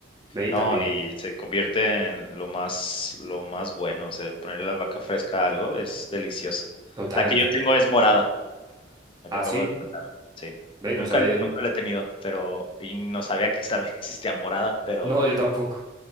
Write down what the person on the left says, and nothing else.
no,
y se convierte en lo más lo más bueno, o sea, poner la albahaca fresca a algo es delicioso.
La que yo tengo es morada, la
que acabo
de plantar, sí.
Nunca
nunca la he tenido, pero y no sabía que también <laughs> existía morada, pero,